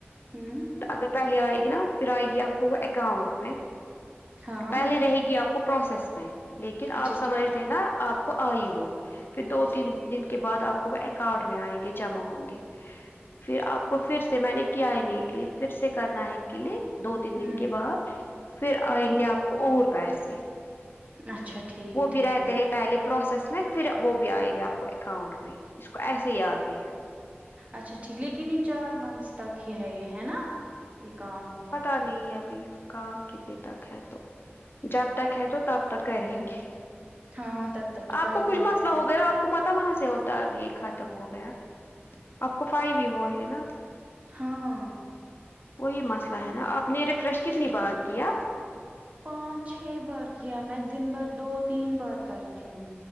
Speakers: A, on the right (about 35°); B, on the left (about 55°).
A: ہوں
B: اگر پہلے آئے گی نا پھر آئے گی آپ کو وہ اکاؤنٹ میں
A: ہاں
B: پہلے رہے گی آپ کو کو پروسیس میں لیکن
A: اچھا
B: آپ سمجھ
A: ٹھیک
B: لینا آپ کو آئی وہ پھر دو تین دن کے بعد آپ کو وہ اکاؤنٹ میں آئیں گے جمع ہوں گے پھر آپ کو پھر سے میں نے کیا ہی نہیں ے پھر سے کرنا ہے کے لیے دو تین
A: ہوں
B: دن کے بعد پھر
A: ہوں
B: آئیں گے آپ اور پسے
A: اچھا ٹھیک
B: وہ بھی
A: ٹھیک
B: رہتے ہیں پہلے پروسیس میں پھر وہ بھی آئے گا آپ کو اکاؤنٹ میں اس کو ایسے ہی آتے ہیں
A: اچھا ٹھیک لیکن یہ چار منتھس تک ہی ہے یہ ہے نا یہ کام
B: پتا نہیں ابھی کام کتنے تک ہے تو جب تک ہے تو تب تک کریں گے
A: ہاں ہاں تب تک تو
B: آپ
A: کرنا
B: کو کچھ
A: ہے
B: مسئلہ ہو گیا آپ کو مت وہاں سے ہوتا یہ کھ ختم ہو گیا آپ کو فائی بھی ہوئے نا
A: ہاں
B: وہی مسئلہ ہے نا آپ نے ریفریش کتنی بار کیا
A: پانچ چھ بار کیا میں دن بار دو تین بار کرتی ہوں